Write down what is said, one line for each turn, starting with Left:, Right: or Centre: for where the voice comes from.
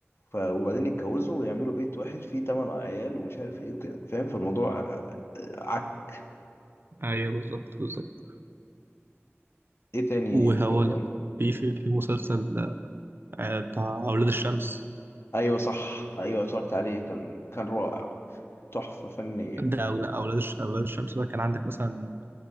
Left: ف... وبعدين يتجوزوا ويعملوا بيت واحد فيه تمن عيال ومش عارف ايه وكده فاهم فالموضوع عك
Right: ايوه بالظبط بالظبط
Left: ايه تاني
Right: وهقول
Left: في رمضان
Right: لك في في في مسلسل آه، بتاع أولاد الشمس
Left: ايوه صح ايوه اتفرجت عليه كان كان رائع تحفه فنيه
Right: ده أو لا أولاد الش... أولاد الشمس بقى كان عندك مثلا